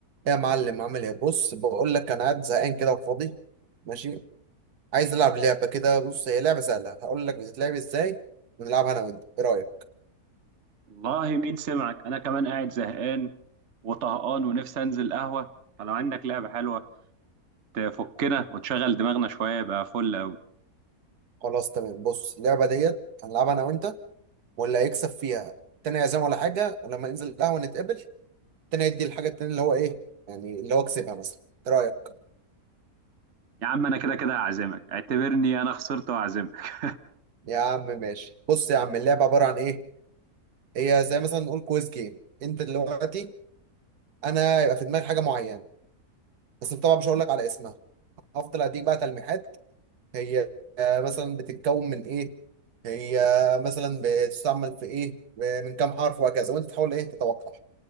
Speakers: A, on the right; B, on the right.
A: يا معلم عامل ايه بص بقول لك انا قاعد زهقان كده وفاضي ماشي عايز العب لعبه كده بص هي لعبه سهله هقول لك بتتلعب ازاي ونلعبها انا وانت ايه رايك
B: والله مين سمعك انا كمان قاعد زهقان وطهقان ونفسي انزل قهوه فلو عندك لعبه حلوه تفكنا وتشغل دماغنا شويه يبقى فل قوي
A: خلاص تمام بص اللعبه ديت هنلعبها انا وانت واللي هيكسب فيها التاني هيعزم ولا حاجه ولما ننزل القهوه نتقابل التاني يدي الحاجه التاني اللي هو ايه يعني اللي هو كسبها مثلا ايه رايك
B: يا عم انا كده كده هعزمك اعتبرني انا خسرت وهعزمك
A: يا عم ماشي بص يا عم اللعبه عباره عن ايه هي زي مثلا نقول كويز جيم انت دلوقتي انا هيبقى في دماغي حاجه معينه بس طبعا مش هقول لك على اسمها هفضل اديك بقى تلميحات هي آه، مثلا بتتكون من ايه هي مثلا بتستعمل في ايه من كام حرف وهكذا وانت تحاول ايه تتوقع